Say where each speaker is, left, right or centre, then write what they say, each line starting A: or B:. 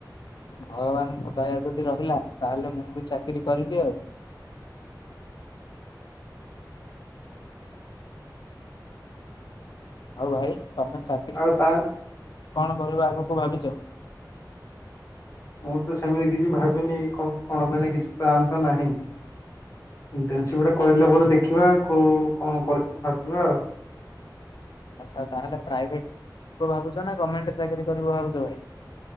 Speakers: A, on the left; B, on the left.
A: ଭଗବାନଙ୍କ ଦୟା ଯଦି ରହିଲା ତାହେଲେ ମୁଁ ବି ଚାକିରି କରିବି ଆଉ। ଆଉ ଭାଇ ତମେ ଚା
B: ଆଉ ତା
A: କଣ କହିବ ଆଗକୁ ଭାବିଛ।
B: ମୁଁ ତ ସେମିତି କିଛି ଭାବିନି କଁ କଣ ପାଇଁ ନା କିଛି ପ୍ଲାନ୍ ତ ନାହିଁ। ଇଣ୍ଟରନସିପ୍ ଟା କରିଲା ପରେ ଦେଖିବା କୋ କଣ କରିବା ଭାବିବା ଆଉ।
A: ଆଚ୍ଛା ତାହେଲେ ପ୍ରାଇଭେଟ୍ ଭାବୁଛ ନା ଗଭର୍ଣ୍ଣମେଣ୍ଟ ଚାକିରି କରିବ ଭାବୁଛ ଭାଇ।